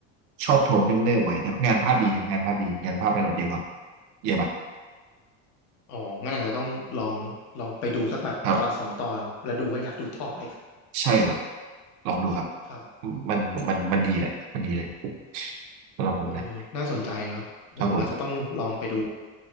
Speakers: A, on the right; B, on the left.
A: ชอบโทนเนิบๆไว้แต่งานภาพดีครับงานภาพดีงานภาพระดับเดียวครับเยี่ยมมาก
B: อ๋อ งั้นอาจจะต้องลองลองไปดูสักแบบตอนสองตอนแล้วดูว่าอยากดูต่อไหม
A: ครับใช่ครับลองดูครับ
B: ครับ
A: มันมันมันดีแหละมันดีเลยสำหรับผมนะ
B: เออน่าสนใจนะครับ เดี๋ยวผมอาจจะต้องลองไปดู
A: ครับผม